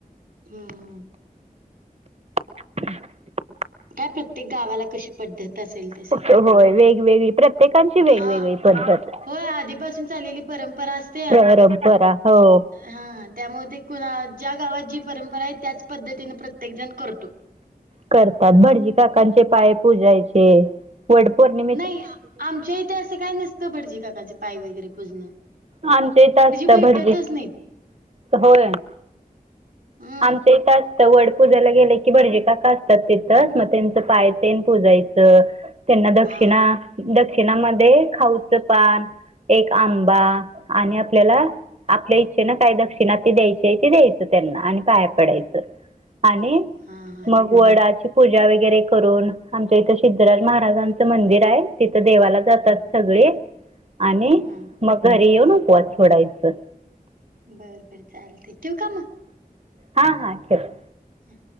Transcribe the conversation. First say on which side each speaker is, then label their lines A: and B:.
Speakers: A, on the right; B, on the right.
A: हम्मं
B: ह <unintelligible> <unintelligible>
A: कायं प्रत्येक गावांला कशी पध्दत असेलं तसं
B: होय वेगवेगळी प्रत्येकांची वेगवेगळी
A: हां
B: पद्धत
A: होयं आधीपासून चाललेली परंपरा असते.
B: परंपरा हो
A: हां त्यामुळें ते कुणां ज्यां गावांत जी परंपरा आहे त्याचं पद्धतीने प्रत्येक जणं करतो.
B: करतांत. भटजी काकांचे पाय पूजायचे वंड पौर्णिमा
A: नाहीं आमच्या इथे असं कायं नसतं भटजी काकाचे पाय वगैरे पुजणं
B: आमच्या इथं असतं
A: भेटतच
B: भटजी
A: नाहीत.
B: होयं
A: हं
B: आमच्या इथं असतं वंड पूजाला गेलं की भटजी काका असतांत तिथंच मंग त्यांचं पाय तेन पूजायचं. त्यांना दक्षिणा
A: हां,
B: दक्षिणांमध्यें खाऊचं पान एक आंबा आणि आपल्यांला आपल्या इच्छेन काय दक्षिणा ती द्यायचीये ती द्यायच त्यांना आणि पाया पडायचं आणि
A: हा हा
B: मग वडाची पूजा वगैरे करून आमच्या इथे सिद्धराज महाराजांचं मंदिर आय तिथं देवाला जातात
A: हं,
B: सगळे आणि
A: हं.
B: मग घरी येऊन उपवास सोडायचं.
A: बरं बरं चालतय ठेवु का म
B: हा हा ठेव.
A: हूं